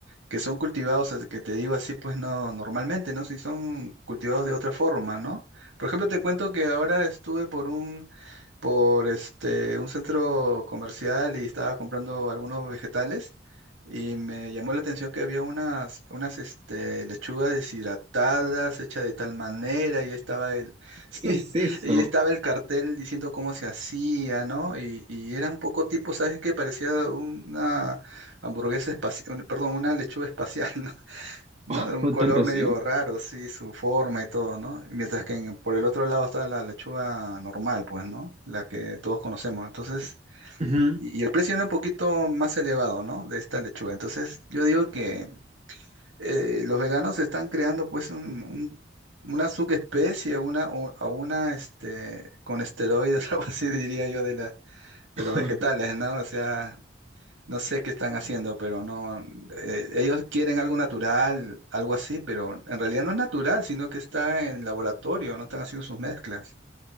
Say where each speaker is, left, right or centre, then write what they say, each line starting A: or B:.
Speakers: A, on the right; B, on the right.
A: que son cultivados, as- que te digo así, pues no, normalmente, ¿no? Si son cultivados de otra forma, ¿no? Por ejemplo, te cuento que ahora estuve por un por este, un centro comercial y estaba comprando algunos vegetales y me llamó la atención que había unas, unas este, lechugas deshidratadas hechas de tal manera y estaba el, <laughs> sí,
B: ¿Qué es eso?
A: y estaba el cartel diciendo cómo se hacía, ¿no? Y, y era un poco tipo, ¿sabes qué? Parecía una hamburguesa espacial, perdón, una lechuga espacial, <laughs> ¿no?
B: <laughs>
A: De un color
B: tanto así?
A: medio raro, sí, su forma y todo, ¿no? Y Mientras que en- por el otro lado está la lechuga normal, pues, ¿no? La que todos conocemos. Entonces,
B: Ujú.
A: y y el precio era un poquito más elevado, ¿no? De esta lechuga. Entonces, yo digo que eh, los veganos están creando, pues, un, un- una subespecie, una, u- a una, este, con esteroides, <laughs> algo así diría yo, de la, de
B: <laughs>
A: los vegetales, ¿no? O sea, no sé qué están haciendo, pero no. eh, ellos quieren algo natural, algo así, pero en realidad no es natural, sino que está en laboratorio, no están haciendo sus mezclas.